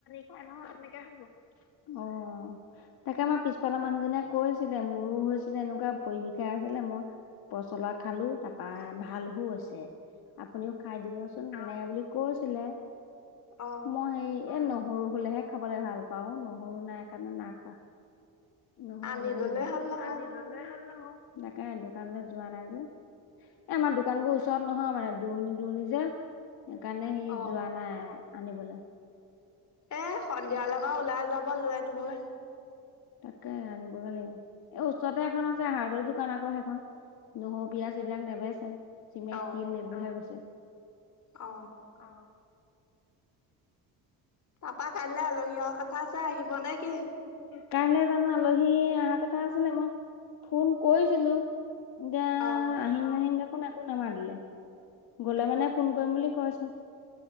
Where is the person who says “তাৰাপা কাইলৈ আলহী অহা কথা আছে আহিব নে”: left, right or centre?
Left